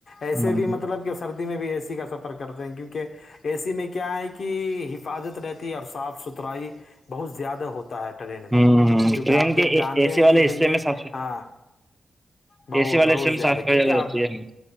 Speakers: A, on the left; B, in the centre.
A: ایسے
B: ہوں
A: بھی مطلب کہ سردی میں بھی اے سی کا سفر کرتے ہیں کیونکہ ایسی میں کیا ہے کہ حفاظت رہتی ہے اور صاف ستھرائی بہت زیادہ ہوتا ہے ٹرین
B: ہوں
A: میں کیونکہ
B: ٹرین
A: آپ
B: کے
A: جانتے
B: اے سی
A: ہیں
B: والے
A: کہ جنڈ
B: حصے میں صاف
A: ہاں بہ
B: اے سی والے
A: بہت
B: حصے میں
A: زیادہ
B: صاف صفائی
A: کیونکہ آپ
B: رہتی ہے